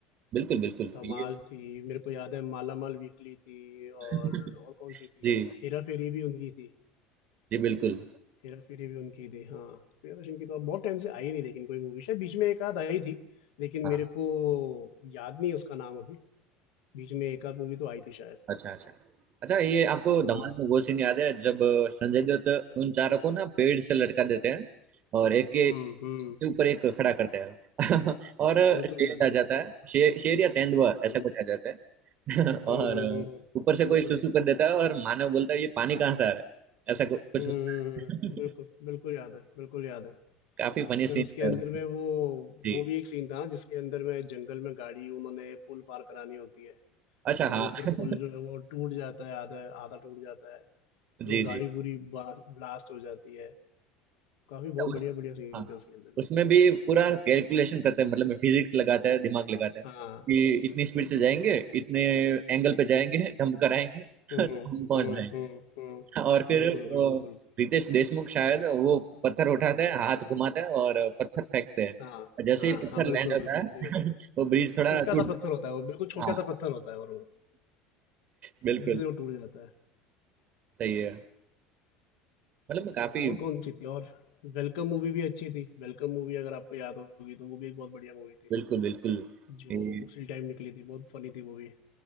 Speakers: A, on the right; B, on the left.
A: बिल्कुल बिल्कुल
B: धमाल
A: ये
B: थी, मेरे को याद है मालामाल वीकली थी और,
A: <laughs>
B: और कौन-सी थी?
A: जी
B: हेरा फेरी भी उनकी थी।
A: जी बिल्कुल
B: हेरा-फेरी भी उनकी थी, हाँ। प्रियदर्शन की तो अब बहुत टाइम से आई नहीं लेकिन कोई मूवी, शायद बीच में एक आध आई थी, लेकिन
A: हाँ।
B: मेरे को याद नहीं है उसका नाम अभी। बीच में एक आध मूवी तो आई थी शायद।
A: अच्छा अच्छा अच्छा ये आपको
B: हाँ।
A: धमाल में वो सीन याद है जब अ, संजय दत्त उन चारों को ना पेड़ से लटका देते हैं और एक के
B: हुँ,
A: के
B: हुँ।
A: ऊपर एक खड़ा करते हैं <laughs> और
B: बिल्कुल
A: शेर
B: याद है।
A: आ जाता है शेर शेर या तेंदुआ
B: हुँ।
A: ऐसा कुछ आ जाता है <laughs> और
B: हुँ, हुँ,
A: अ,
B: हुँ, हुँ।
A: ऊपर से
B: बिल्कुल।
A: कोई सुसु कर देता है और मानव बोलता है ये पानी कहाँ से आ रहा है ऐसा कुछ कुछ
B: हुँ, हुँ,
A: होता
B: हुँ, हुँ।
A: है
B: बिल्कुल, बिल्कुल याद है, बिल्कुल याद है।
A: <laughs> काफी फनी
B: फिर
A: सीन
B: उसके अंदर
A: है उसमें।
B: में वो
A: जी
B: वो भी एक सीन था ना जिसके अंदर में जंगल में गाड़ी उन्होंने पुल पार करानी होती है
A: अच्छा
B: और
A: हाँ
B: वो फिर
A: <laughs>
B: पुल जो है वो टूट जाता है आधा आधा टूट जाता है।
A: जी
B: फिर वो
A: जी
B: गाड़ी पूरी बा ब्लास्ट हो जाती है। काफ़ी बहुत
A: तो उस
B: बढ़िया-बढ़िया सीन
A: हाँ
B: थे उसके अंदर में।
A: उसमें भी पूरा कैलकुलेशन करते हैं मतलब फिजिक्स लगाता है दिमाग लगाता है
B: हाँ।
A: कि इतनी स्पीड से जाएंगे इतने एंगल पे जाएंगे जंप कराएंगे <laughs>
B: हुँ,
A: तो हम पहुंच
B: हुँ,
A: जाएंगे
B: हुँ, हुँ।
A: और फिर
B: बिल्कुल, बिल्कुल,
A: वो
B: बिल्कुल।
A: रितेश देशमुख शायद वो पत्थर उठाता है हाथ घुमाता है और पत्थर फेंकते हैं
B: हाँ,
A: और जैसे
B: हाँ,
A: ही पत्थर
B: हाँ, बिल्कुल,
A: लैंड होता
B: बिल्कुल
A: है
B: ऐसा ही होता है।
A: <laughs> वो ब्रिज थोड़ा
B: छोटा-सा
A: टूट
B: पत्थर होता है वो, बिल्कुल छोटा-सा
A: हाँ
B: पत्थर होता है और वो,
A: बिल्कुल
B: उसी से वो टूट जाता है।
A: सही है मतलब काफी
B: और कौन-सी थी और वेलकम मूवी भी अच्छी थी। वेलकम मूवी अगर आपको याद होगी तो वो भी एक बहुत बढ़िया मूवी थी,
A: बिल्कुल बिल्कुल
B: जो
A: जी
B: उसी टाइम निकली थी, बहुत फ़नी थी वो भी।